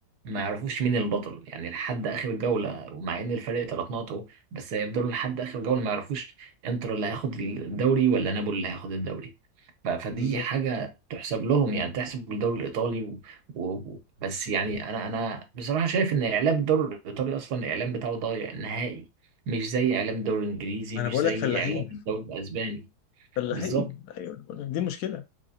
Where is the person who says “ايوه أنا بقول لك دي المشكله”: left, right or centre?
Left